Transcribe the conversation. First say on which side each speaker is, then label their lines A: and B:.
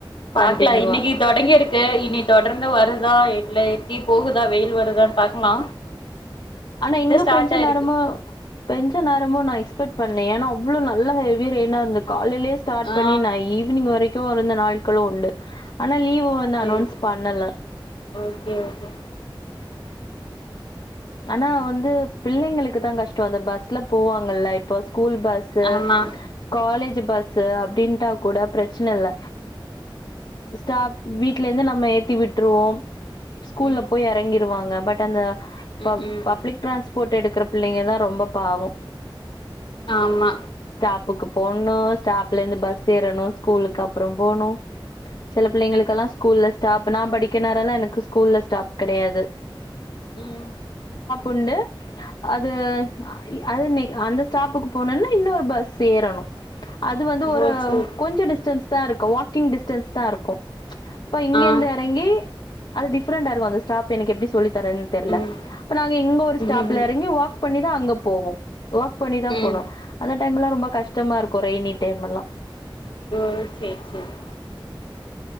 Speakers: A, on the left; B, on the left.
A: பாக்கலா
B: கண்டினியூவா
A: இன்னிக்கு தொடங்கி இருக்கு இனி தொடர்ந்து வருதா இல்ல ப்டி போகுதா வெயில் வருதானு பாக்கலா
B: ஆனா
A: இதா
B: எங்க
A: ஸ்டார்ட்
B: பென்ஷன்
A: ஆயிருக்கு
B: நரமோ பென்ஷன் நரமோ நா எக்ஸ்பெட் பண்ணே ஏன்னா அவ்ளோ நல்ல ஹெவி ரெயினா இருந்துக்கா காலைலே ஸ்டார்ட்ண்ணி
A: ஆ
B: நான் ஈவினி்ங் வரை தூ இருந்த நாட்களும் உண்டு ஆனால் லீவு வந்து
A: சேரி
B: அனொன்ஸ் பண்ணல
A: ஓகே ஓகே
B: ஆனா வந்து பிள்ளைங்களுக்கு தா கஷ்டோ அந்த பஸ்ல போவாங்கல்ல இப்ப ஸ்கூல் பஸ்ஸு
A: ஆமா
B: காலேஜ் பஸ் அப்படின்ட்டா கூட பிரச்ன இல்ல ஸ்டாப் வீட்ல இருந்து நம்ம ஏத்தி விட்டுருவோ ஸ்கூல்ல
A: ம்
B: போய் இறங்கிருவாங்க பட் அன்த ப
A: ம் ம்
B: பப்ளிக்ட்ரான்ஸ் போட்டு எடுக்கற பிள்ளைங்க தா ரொம்ப பாவோ
A: ஆமா
B: ஸ்டாப்புக்கு போடண்ணு ஸ்டாப்ல இருந்து பஸ் ஏறணு ஸ்கூலுக்கு அப்றோ போணு சில பிள்ளைங்களுக்கெல்லா ஸ்கூல்ல ஸ்டாப் நான் படிக்கநேரல்லாம் எனக்கு ஸ்கூல்ல ஸ்டாப் கிடையாது
A: உம்
B: உண்டு அது அது அந்த ஸ்டாப்புக்கு போனும்னா இன்னொரு பஸ் ஏறணும் அது வந்து
A: கோல்சூர்
B: ஒரு கொஞ்சம் டிஸ்டன்ஸ் த இருக்கும் வாக்கிங் டிஸ்டன்ஸ் தான் இருக்கும் இப்ப இங்கந்து
A: ஆ
B: இறங்கி அது டிப்ரெண்டா இருக்கும் அந்த ஸ்டாப் எனக்கு எப்படி சொல்லி தர தெர்ல
A: ம்
B: அப்ப நாங்க இங்க ஒரு ஸ்டாப்ல
A: ம்
B: இறங்கி் வாக் பண்ணி தான் அங்க போவோம்வாக் பண்ணிதான்
A: ஓ
B: போனோம் அந்த டைம் எல்லாம் ரொம்ப கஷ்டமா இருக்கும் ரெயனி டைம்ல்லாம்
A: ஓ செரி செரி